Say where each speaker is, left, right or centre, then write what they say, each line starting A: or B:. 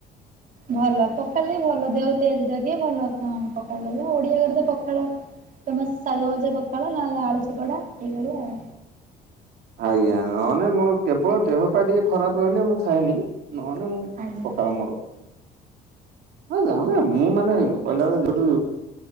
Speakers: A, on the right (about 50°); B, on the right (about 75°).
A: ଭଲ ପଖାଳ ବି ଭଲ ଦେହ <inaudible> ଭଲ କଣ ପଖାଳ <inaudible> ଓଡିଆ ଘରେ ତ ପଖାଳ ତମେ ଶାଗ ଭଜା ପଖାଳ ନହେଲେ ଆଳୁ ଚକଡା ଏଇ ଭଳିଆ ଆଉ।
B: ଆଜ୍ଞା ନହେଲେ ମୋ କେବଳ ଦେହପା ଟିକେ ଖରାପ୍। ରହିଲେ ମୁଁ ଖାଏନି ନହଲେ ମୁଁ
A: ଆଜ୍ଞା।
B: ପଖାଳ ମୋର। ଆଁ ଯା ମ ମୁଁ ମାନେ କହିଲା ଭଳିଆ ଯୋଉଠୁ